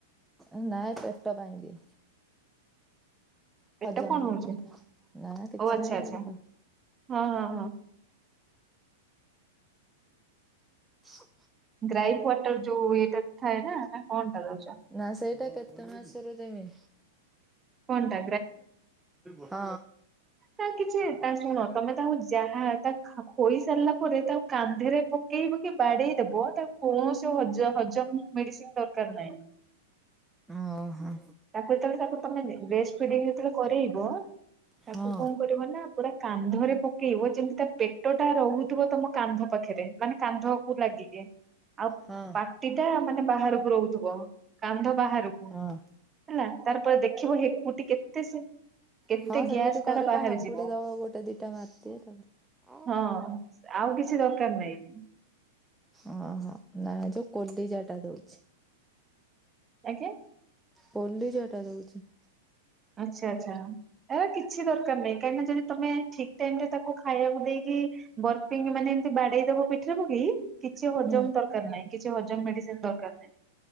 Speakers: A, in the centre; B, on the right.
A: ଏ ନାଁ ଏ ପେଟ ପାଇଁ ଦି।
B: ପେଟ
A: ହଜମ
B: କଣ
A: ପାଇଁ
B: ହଉଛି
A: ବିନ୍ଧା ନାଁ କିଛି
B: ଓ ଆଚ୍ଛା
A: ନାଁ ଏଇ
B: ଆଚ୍ଛା
A: ଯୋଉ
B: ହଁ ହଁ ହଁ।
A: ହ।
B: ଗ୍ରାଇଫ୍ ୱାଟର ଯୋଉ ଇଏଟା ଥାଏ ନା ନାଁ କଣଟା ଦୋଉଚ?
A: ନାଁ ସେଇଟା କେତେ ମାସେରୁ ଦେମି?
B: କଣଟା
A: ହଁ।
B: ତା କିଛି ତା ଶୁଣ ତମେ ତାକୁ ଯାହା ତା ଖା ଖୋଇ ସାରିଲା ପରେ ତାକୁ କାନ୍ଧେରେ ପକେଇ ପକେଇ ବାଡ଼େଇଦବ ତାକୁ କୌଣସି ଆଉ ହଜ ହଜମ ମେଡ଼ିସିନ୍ ଦର କାର ନାହିଁ।
A: ଅଁହଁ।
B: ତାକୁ ଏତଳେ ତାକୁ ତମେ ବ୍ରେଷ୍ଟ୍ ଫିଡିଙ୍ଗ୍ ଯେତଳେ କରେଇବ
A: ହଁ।
B: ତାକୁ କଁ କରିବ ନା ପୁରା କାନ୍ଧରେ ପକେଇବ ଯେମିତି ତା ପେଟଟା ରହୁଥୁବ ତମ କାନ୍ଧ ପାଖରେ ମାନେ କାନ୍ଧକୁ ଲାଗିକି। ଆଉ
A: ହଁ
B: ପାଟିଟା ମାନେ ବାହାରୁକୁ ରହୁଥୁବ କାନ୍ଧ ବାହାରୁ
A: ଅଃ
B: ହେଲା ତାର ପରେ ଦେଖିବ ହେକୁଟି କେତେ ସେ କେତେ
A: ହଁ ସେମିତି
B: ଗ୍ୟାସ
A: କରେ
B: ତାର ବାହାରି
A: ପା ହାକୁଟି
B: ଯିବ
A: ଦବ ଗୋଟେ ଦିଟା ମାରିଦିଏ ତାପରେ
B: ହଁ ଆଉ କିଛି ଦରକାର ନାହିଁ।
A: ଓହୋ ନାଁ ଯୋଉ କୋଲିଜାଟା ଦଉଛି।
B: ଆଜ୍ଞା?
A: କୋଲିଜାଟା ଦଉଚି।
B: ଆଚ୍ଛା ଆଚ୍ଛା। ଏ କିଛି ଦରକାର ନାହିଁ କାହିଁକି ନା ଯଦି ତମେ ଠିକ ଟାଇମ ରେ ତାକୁ ଖାଇବାକୁ ଦେଇକି। ବର୍ପିଙ୍ଗ ମାନେ ଏମିତି ବାଡେଇ ଦବ ପିଠିରେ ପକେଇ। କିଛି ହଜମ
A: ହୁଁ
B: ଦରକାର ନାହିଁ କିଛି ହଜମ ମେଡିସିନ ଦରକାର ନାହିଁ।